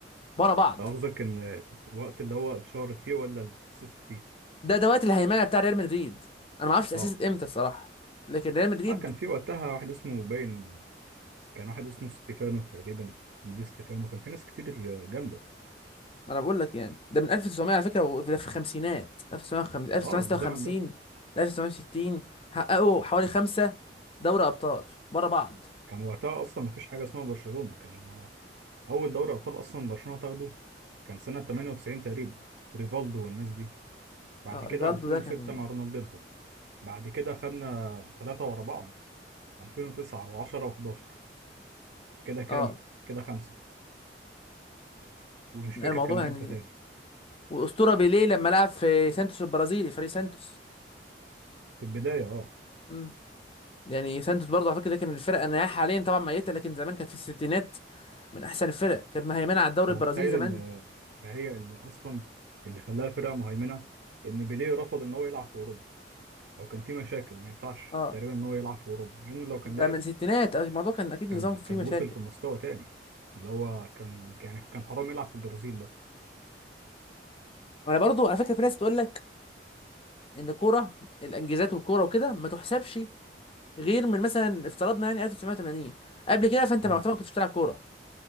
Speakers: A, on the left; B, on the right.
A: ورا بعض
B: قصدك إن الوقت اللي هو اتشهرت فيه ولا اللي اتأسست فيه؟
A: ده ده وقت الهيمنه بتاع ريال مدريد انا ما اعرفش اتاسست
B: آه
A: امتى الصراحه لكن ريال مدريد
B: اه كان في وقتها واحد اسمه باين كان واحد اسمه ستيفانو تقريبا دي ستيفانو كان في ناس كتير جامدة
A: ما انا بقول لك يعني ده من 1900 على فكره وده في الخمسينات 1950 1956
B: اه الزمن ده
A: ل 1960 حققوا حوالي خمسه دوري ابطال ورا بعض
B: كان وقتها اصلا ما فيش حاجه اسمها برشلونه كان آه، اول دوري ابطال اصلا برشلونه تاخده كان سنه 98 تقريبا ريفالدو والناس دي بعد
A: اه
B: كده
A: ريفالدو
B: 2006
A: ده كان
B: مع رونالدينهو بعد كده خدنا ثلاثه ورا بعض 2009 و10 و11 كده كام
A: اه
B: كده خمسه ومش
A: الموضوع
B: فاكر كان
A: يعني
B: امتى تاني
A: والاسطوره بيليه لما لعب في سانتوس البرازيلي فريق سانتوس
B: في البدايه اه
A: امم يعني سانتوس برضه على فكره ده كان من الفرق انا حاليا طبعا ميته لكن زمان كانت في الستينات من احسن الفرق كانت مهيمنه على الدوري
B: انت
A: البرازيلي
B: متخيل
A: زمان
B: ان ان هي اللي اصلا اللي خلاها فرقه مهيمنه ان بيليه رفض ان هو يلعب في اوروبا او كان في مشاكل ما ينفعش
A: اه
B: تقريبا ان هو يلعب في اوروبا مع انه لو كان
A: ده
B: لعب
A: من الستينات آه، الموضوع كان اكيد
B: كان
A: نظام فيه
B: كان
A: مشاكل
B: وصل في مستوى تاني اللي هو كان يعني كان حرام يلعب في البرازيل ده
A: انا برضو على فكره في ناس تقول لك ان الكوره الانجازات والكوره وكده ما تحسبش غير من مثلا افترضنا يعني 1980 قبل كده فانت
B: تمام
A: معتبر ما كنتش بتلعب كوره